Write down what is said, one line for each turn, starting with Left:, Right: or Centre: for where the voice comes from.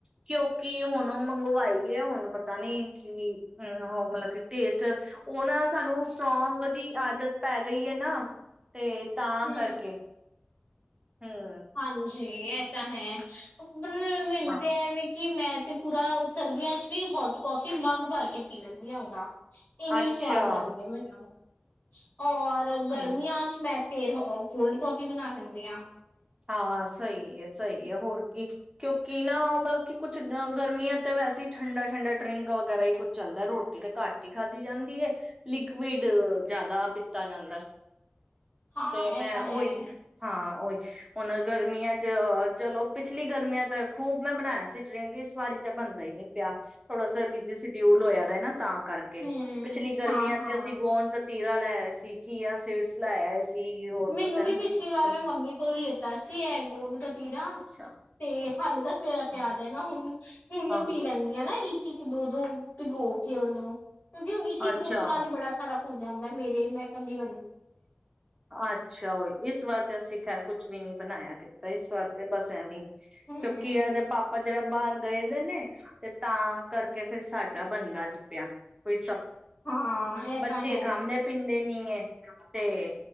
Right: ਕਿਉਂਕਿ ਹੁਣ ਮੰਗਵਾਈ ਹੈ ਹੁਣ ਪਤਾ ਨੀ ਕਿ ਅਮ ਉਹ ਮਤਲਬ ਕਿ ਟੇਸਟ ਉਹ ਨਾ ਸਾਨੂੰ ਸਟਰੋਂਗ ਦੀ ਆਦਤ ਪੈ ਗਈ ਹੈ ਨਾ ਤੇ ਤਾਂ
Left: ਹਮ
Right: ਕਰਕੇ ਹਮ
Left: ਹਾਂਜੀ ਜੀ ਤਾਂ ਹੈ ਉਰ ਮਿੰਟ
Right: ਹਾਂ
Left: ਐ ਵੀ ਕਿ ਮੈਂ ਤੇ ਪੂਰਾ ਸਰਦੀਆਂ ਚ ਵੀ ਹੋਟ ਕਫੀ ਮਗ ਭਰ ਕੇ ਪੀ ਲੈਂਦੀ ਆ ਉਹਦਾ ਇੰਨੀ
Right: ਅੱਛਾ
Left: ਸਵਾਦ ਲੱਗਦੀ ਹੈ ਮੈਨੂੰ ਔਰ ਗਰਮੀਆਂ
Right: ਹਮ
Left: ਚ ਮੈ ਫੇਰ ਕੋਲਡ ਕਫੀ ਬਣਾ ਲੈਂਦੀ ਆ
Right: ਹਾਂ ਸਹੀ ਹੈ ਸਹੀ ਹੈ ਹੋਰ ਕੀ ਕਿਉਂਕਿ ਨਾ ਮਤਲਬ ਕਿ ਕੁਛ ਗਰਮੀਆਂ ਤੇ ਵੈਸੇ ਹੀ ਠੰਡਾ ਠੰਡਾ ਡਰਿੰਕ ਵਗੈਰਾ ਹੀ ਕੁਝ ਚੱਲਦਾ ਰੋਟੀ ਤਾਂ ਘੱਟ ਹੀ ਖਾਧੀ ਜਾਂਦੀ ਹੈ ਲਿਕੁਵਿਡ ਜ਼ਿਆਦਾ ਪੀਤਾ ਜਾਂਦਾ ਹੈ
Left: ਹਾਂ
Right: ਤੇ ਮੈਂ
Left: ਇਹ ਤਾਂ
Right: ਉਹੀ
Left: ਹੈ
Right: ਹਾਂ ਉਹੀ ਹੁਣ ਗਰਮੀਆਂ ਚ ਚਲੋ ਪਿਛਲੀ ਗਰਮੀਆਂ ਤਾਂ ਖੂਬ ਮੈਂ ਬਣਾਇਆ ਸੀ ਇਸ ਵਾਰੀ ਤਾਂ ਬਣਦਾ ਹੀ ਨਹੀਂ ਪਿਆ ਥੋੜਾ ਸ ਬਿਜ਼ੀ ਸਡਿਊਲ ਹੋਇਆ ਦਾ ਨਾ ਤਾਂ ਕਰਕੇ
Left: ਹਮ
Right: ਪਿਛਲੀ ਗਰਮੀਆਂ
Left: ਹਾਂ ਹਾਂ।
Right: ਤੇ ਅਸੀਂ ਗੋਣ ਗਤੀ ਲੈ ਸੀਚੀ ਸੀਟਸ ਲੈ ਸੀ ਹੋਰ
Left: ਮੈਨੂੰ
Right: ਪਤਾ ਨੀ
Left: ਵੀ ਪਿਛਲੀ
Right: ਕੀ
Left: ਵਾਰ
Right: ਕੀ
Left: ਮੈਂ ਮੰਮੀ ਕੋਲੋਂ ਲਿੱਤਾ ਸੀ ਹੈ ਗੂੰਦ ਕਤੀਰਾ
Right: ਅੱਛਾ
Left: ਤੇ ਹਾਂ ਤਾਂ ਮੇਰਾ ਪਿਆਦ
Right: ਹਾਂ
Left: ਹੈ ਮੈਂ ਹੁਣ ਹੁਣ
Right: ਹਾਂ,
Left: ਪੀ ਲੈਂਦੀ ਹਾਂ ਨਾ ਇੱਕ ਦੋ ਦੋ ਭਿਗੋ ਕੇ ਉਹਨੂੰ ਕਿਉਂਕਿ ਉਹ ਇੱਕ
Right: ਅੱਛਾ
Left: ਇੱਕ ਦੋ ਨਾਲ ਹੀ ਬੜਾ ਸਾਰਾ ਭੁੱਲ ਜਾਂਦਾ ਮੇਰੇ ਮੈਂ ਕੱਲੀ
Right: ਅੱਛਾ ਹੀ ਇਸ ਵਾਰ ਤੇ ਅਸੀਂ ਖੈਰ ਕੁਛ ਵੀ ਨੀ ਬਣਾਇਆ ਕੀਤਾ ਇਸ ਵਾਰ ਤੇ ਬਸਿਆ ਵੀ
Left: ਹਮ
Right: ਕਿਉਂਕਿ ਆਦੇ ਪਾਪਾ ਜਰਾ ਬਾਹਰ ਗਏ ਦੇ ਨੇ ਤੇ ਤਾਂ ਕਰਕੇ ਫੇਿਰ ਸਾਡਾ ਬੰਦਾ ਨੀ ਪਿਆ ਕੋਈ
Left: ਹਾਂ ਇਹ
Right: ਬੱਚੇ
Left: ਤਾਂ ਹੈ
Right: ਖਾਂਦੇ ਪੀਂਦੇ ਨੀ ਹੈ ਤੇ